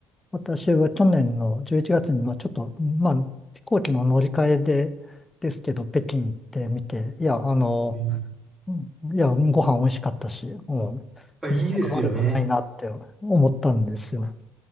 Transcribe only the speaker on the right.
えー
あ、いいですよね。